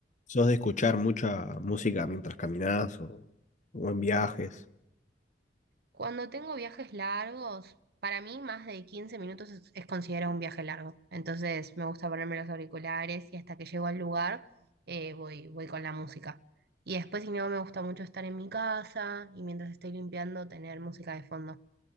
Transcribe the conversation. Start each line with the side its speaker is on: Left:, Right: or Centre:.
Left: ¿Sos de escuchar mucha música mientras caminás o, o en viajes?
Right: Cuando tengo viajes largos, para mí más de 15 minutos es, es considerado un viaje largo. Entonces me gusta ponerme los auriculares y hasta que llego al lugar eh, voy, voy con la música. Y después, si no, me gusta mucho estar en mi casa y mientras estoy limpiando tener música de fondo.